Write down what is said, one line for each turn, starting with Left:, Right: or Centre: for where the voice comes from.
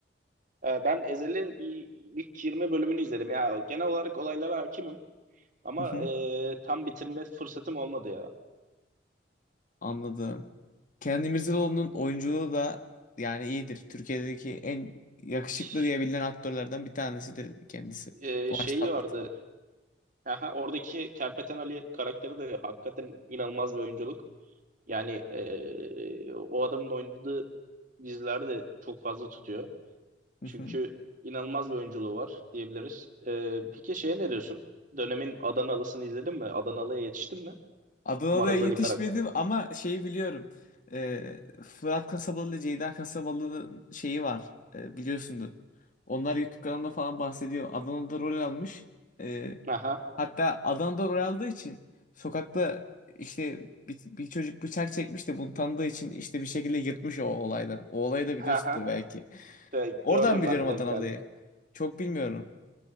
Right: Ee, Ben Ezel'i bir ilk 20 bölümünü izledim ya. Genel olarak olaylara hakimim ama
Left: <laughs>
Right: e, tam bitirme fırsatım olmadı ya.
Left: Anladım. Kenan İmirzalıoğlu'nun oyunculuğu da yani iyidir. Türkiye'deki en yakışıklı
Right: Ş-
Left: diyebilinen aktörlerden bir tanesidir kendisi.
Right: E,
Left: Kıvanç
Right: şeyi
Left: Tatlıtuğ.
Right: vardı. Aha, oradaki Kerpeten Ali karakteri de hakikaten inanılmaz bir oyunculuk. Yani e, o adamın oynadığı diziler de çok fazla tutuyor.
Left: <laughs>
Right: Çünkü inanılmaz bir oyunculuğu var diyebiliriz. E, peki şeye ne diyorsun? Dönemin Adanalısını izledin mi? Adanalı'ya yetiştin mi?
Left: Adana'da
Right: Maraz
Left: yetişmedim
Right: Ali karakter.
Left: ama şeyi biliyorum. Ee, Fırat Kasabalı ile Ceyda Kasabalı'nın şeyi var. Ee, biliyorsundur. Onlar YouTube kanalında falan bahsediyor. Adana'da rol almış. Ee,
Right: Aha.
Left: hatta Adana'da rol aldığı için sokakta işte bir, bir çocuk bıçak çekmiş de bunu tanıdığı için işte bir şekilde yırtmış o olaydan. O olayı da biliyorsundur
Right: <laughs>
Left: belki.
Right: De,
Left: Oradan
Right: gördüm
Left: biliyorum
Right: ben de
Left: Adanalı'yı.
Right: denk geldim.
Left: Çok bilmiyorum.